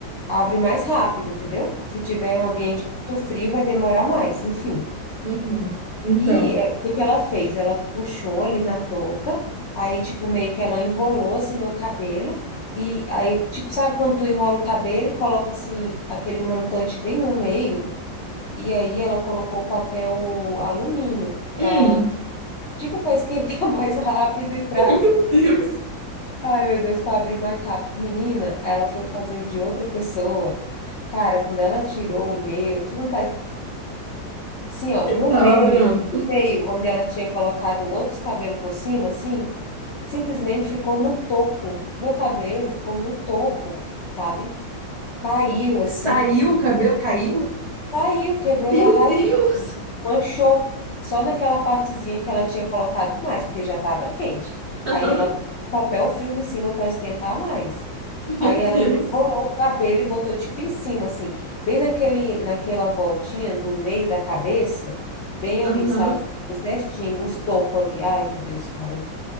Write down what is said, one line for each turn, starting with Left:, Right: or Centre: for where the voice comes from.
Left: abre mais rápido, entendeu? Se tiver um ambiente muito frio, vai demorar mais, enfim.
Right: Uhum. Então.
Left: E é, o que que ela fez? Ela puxou ali na touca, aí, tipo, meio que ela enrolou, assim, meu cabelo, e aí, tipo, sabe quando tu enrola o cabelo, e coloca, assim, aquele montante bem no meio, e aí ela colocou o papel alumínio pra,
Right: Hum,
Left: tipo, pra esquentar <laughs> mais rápido e pra,
Right: meu Deus,
Left: ai, meu Deus, pra abrir mais rápido. Menina, ela foi fazer o de outra pessoa. Cara, quando ela tirou o meu, tu não tá Assim, ó, no
Right: tava
Left: meio,
Right: branco.
Left: bem no meio, onde ela tinha colocado outros cabelos por cima, assim, simplesmente ficou no toco. Meu cabelo ficou no toco, sabe? Caiu, assim,
Right: Saiu,
Left: tipo assim,
Right: o cabelo caiu.
Left: caiu, quebrou
Right: Meu
Left: da raiz,
Right: Deus!
Left: manchou. Só naquela partezinha que ela tinha colocado mais, porque já estava quente.
Right: <laughs>
Left: Aí ela botou papel filme em cima para esquentar mais. Aí
Right: Meu
Left: ela
Right: Deus!
Left: ainda enrolou o cabelo e botou tipo em cima, assim, bem naquele, naquela voltinha do meio da cabeça, bem ali,
Right: Aham.
Left: sabe? Ficou Certinho, os tocos ali. Ai, meu Deus, cara.